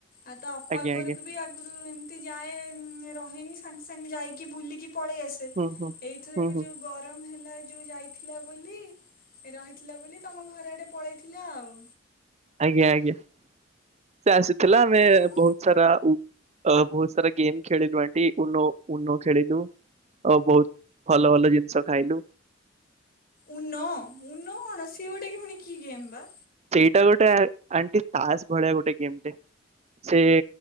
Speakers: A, on the left; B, on the right.
A: ଆଉ ତା ଅପା
B: ଆଜ୍ଞା
A: ଘରକୁ
B: ଆଜ୍ଞା
A: ବି ଆ ଏମତି ଯାଏ ରହେନି ସାଙ୍ଗେ ସାଙ୍ଗେ ଯାଇକି ବୁଲିକି ପଳେଇ ଆସେ
B: ହୁଁ ହୁଁ
A: ଏଇଥର
B: ହୁଁ
A: ଏବେ
B: ହୁଁ।
A: ଯୋଉ ଗରମ ହେଲା ଯୋଉ ଯାଇଥିଲା ବୋଲି ରହିଥିଲା ବୋଲି ତମ ଘରେ ଆଡେ ପଳେଇଥିଲା ଆଉ।
B: ଆଜ୍ଞା ଆଜ୍ଞା ସେ ଆସିଥିଲା ଆମେ
A: ହଁ ମ
B: ବହୁତ ସାରା ଅ ବହୁତ ସାରା ଗେମ୍ ଖେଳିଲୁ ଆଟି ଉନୋ ଉ ନୋ ଖେଳିଲୁ। ଆଉ ବହୁତ ଭଲ ଭଲ ଜିନିଷ ଖାଇଲୁ।
A: ଉନ ଉନ କଣ ସିଏ ଗୋଟିଏ ପୁଣି କି ଗେମ୍ ବା?
B: ହେଇଟା ଗୋଟିଏ ଆଣ୍ଟି ତାସ ଭଳିଆ ଗୋଟେ ଗେମ୍ ଟେ ସେ